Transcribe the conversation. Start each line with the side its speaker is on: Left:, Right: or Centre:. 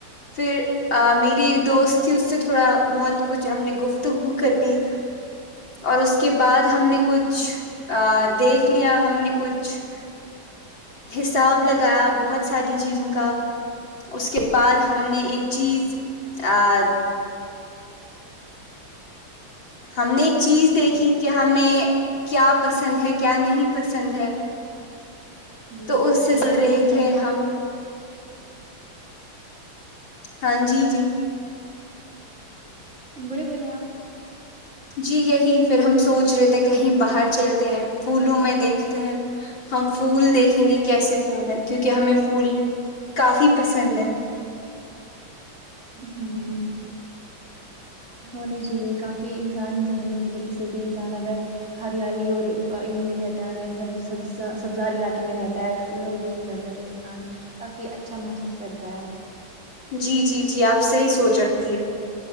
Left: پھر میری ایک دوست تھی اس سے تھوڑا بہت کچھ ہم نے گفتگو کر لی اور اس کے بعد ہم نے کچھ دیکھ لیا ہم نے کچھ حساب لگایا بہت ساری چیزوں کا اس کے بعد ہم نے ایک چیز ا ہم نے ایک چیز دیکھی
Right: جی
Left: کہ ہمیں کیا پسند ہے کیا نہیں پسند ہے
Right: جی
Left: تو
Right: جی
Left: اس سے
Right: یہ
Left: چل رہے
Right: یہ انسان
Left: تھے
Right: کو
Left: ہم ہاں جی جی
Right: بولے بولے آپ
Left: جی یہی پھر ہم سوچ رہے تھے کہیں باہر چلتے ہیں پھولوں میں دیکھتے ہیں ہم پھول دیکھیں گے کیسے پھول ہے کیونکہ ہمیں پھول کافی پسند ہے
Right: ہوں ہونا چاہیے کافی انسان ذہنی طریقے سے بھی نگر ہریالی اور ان میں رہتا ہے سب سب سبزار علاقے میں رہتا ہے اور پھولوں کے بیچ میں رہتا ہے تو انسان کافی اچھا محسوس کرتا ہے
Left: جی جی جی آپ صحیح سوچ رکھتی ہے